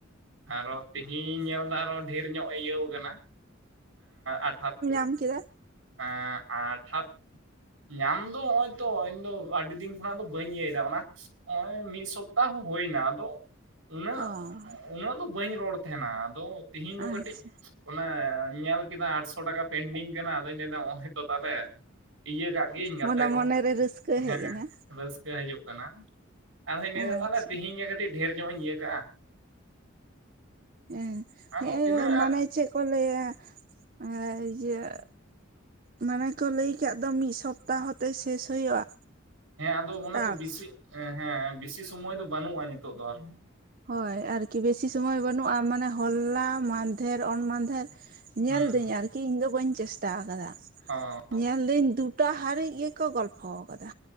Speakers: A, on the right; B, on the right.
A: ᱟᱨᱚ ᱛᱮᱦᱤᱧ ᱧᱮᱞᱫᱟ ᱟᱨᱚ ᱰᱷᱮᱨ ᱧᱚᱜ ᱤᱭᱟᱹᱣ ᱠᱟᱱᱟ ᱟᱴᱷᱟᱛᱚ
B: ᱜᱚᱝᱠᱮ
A: ᱮᱸ ᱟᱴᱷᱟᱛᱚ ᱧᱟᱢ ᱫᱚ ᱱᱚᱜ-ᱚᱭ ᱛᱚ ᱤᱧ ᱫᱚ ᱟᱹᱰᱤ ᱫᱤᱱ ᱠᱷᱚᱱᱟᱜ ᱫᱚ ᱵᱟᱹᱧ ᱤᱭᱟᱹᱭᱮᱫᱟ ᱚᱱᱟ ᱱᱚᱜ-ᱚᱭ ᱢᱤᱫ ᱥᱚᱯᱛᱟᱦ ᱦᱚᱸ ᱦᱩᱭᱱᱟ ᱟᱫᱚ ᱩᱱᱟᱹᱜ
B: ᱚ
A: ᱩᱱᱟᱹᱜ ᱫᱚ ᱵᱟᱹᱧ ᱨᱚᱲ ᱛᱟᱦᱮᱱᱟ ᱟᱫᱚ ᱛᱮᱦᱤᱧ ᱫᱚ
B: ᱟᱪᱪᱷᱟ
A: ᱠᱟᱹᱴᱤᱡ ᱚᱱᱟ ᱧᱮᱞ ᱠᱮᱫᱟ ᱟᱴᱥᱚ ᱴᱟᱠᱟ ᱯᱮᱱᱰᱤᱝ ᱠᱟᱱᱟ ᱟᱫᱚᱧ ᱞᱟᱹᱭ ᱫᱟ ᱚ ᱦᱚᱭᱛᱳ ᱛᱟᱦᱚᱞᱮ ᱤᱭᱟᱹ ᱠᱟᱜ ᱜᱤᱭᱟᱹᱧ ᱜᱟᱛᱮ
B: ᱢᱟᱱᱮ
A: ᱠᱚᱦᱚᱸ
B: ᱢᱚᱱᱮᱨᱮ ᱨᱟᱹᱥᱠᱟᱹ
A: ᱦᱮᱸ
B: ᱦᱮᱡ ᱮᱱᱟ
A: ᱨᱟᱹᱥᱠᱟᱹ ᱦᱤᱡᱩᱜ ᱠᱟᱱᱟ ᱟᱫᱚᱧ ᱞᱟᱹᱭᱫᱟ
B: ᱟᱪᱪᱷᱟ
A: ᱛᱟᱦᱚᱞᱮ ᱛᱤᱦᱤᱧ ᱜᱟ ᱠᱟᱹ ᱟᱹᱰᱤ ᱰᱷᱮᱨ ᱧᱚᱜ ᱤᱧ ᱤᱭᱟᱹ ᱠᱟᱜ-ᱟ
B: ᱦᱮᱸ
A: ᱟᱫᱚ
B: ᱦᱮᱸ
A: ᱛᱤᱱᱟᱹᱜ
B: ᱢᱟᱱᱮ ᱪᱮᱫ ᱠᱚ ᱞᱟᱹᱭᱟ ᱟᱨ ᱤᱭᱟᱹ ᱢᱟᱱᱮ ᱠᱚ ᱞᱟᱹᱭ ᱟᱠᱟᱫ ᱫᱚ ᱢᱤᱫ ᱥᱚᱯ ᱥᱚᱯᱛᱟᱦᱚᱛᱮ ᱥᱮᱥ ᱦᱩᱭᱩᱜ-ᱟ
A: ᱟᱫᱚ ᱚᱱᱮ
B: ᱴᱟᱠᱥ
A: ᱛᱚ ᱵᱮᱥᱤ ᱦᱮᱸ ᱦᱮᱸ ᱵᱮᱥᱤ ᱥᱚᱢᱚᱭ ᱫᱚ ᱵᱟᱹᱱᱩᱜ-ᱟ ᱱᱤᱛᱚᱜ ᱫᱚ ᱟᱨ
B: ᱦᱳᱭ ᱟᱨᱠᱤ ᱵᱮᱥᱤ ᱥᱚᱢᱚᱭ ᱵᱟᱹᱱᱩᱜ-ᱟ ᱢᱟᱱᱮ ᱦᱚᱞᱟ ᱢᱟᱫᱷᱮᱨ ᱚᱱ ᱢᱟᱫᱷᱮᱨ ᱧᱮᱞᱫᱟᱹᱧ
A: ᱦᱩᱸ
B: ᱟᱨᱠᱤ ᱤᱧ ᱫᱚ ᱵᱟᱹᱧ ᱪᱮᱥᱴᱟ ᱟᱠᱟᱫᱟ
A: ᱚ
B: ᱧᱮᱞᱫᱟᱹᱧ ᱫᱩᱴᱟ ᱦᱟᱹᱨᱤᱡ ᱜᱮᱠᱚ ᱜᱚᱞᱯᱷᱚ ᱟᱠᱟᱫᱟ